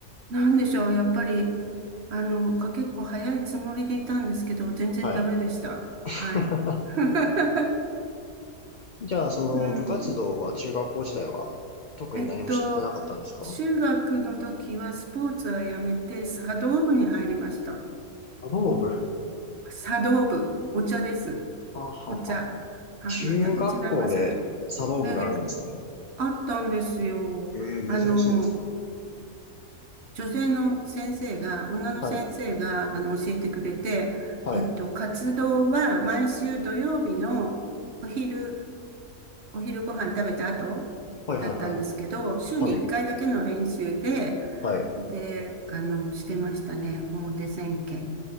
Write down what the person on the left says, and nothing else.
はい。<laughs>
じゃあ、その部活動は中学校時代は特に何もしてなかったんですか
茶道部。は
あはあはあ中学校で茶道部があるんですね。
ええ、
珍しいですね。
はい。
はい。
はいはいはいは
い。はい。はい。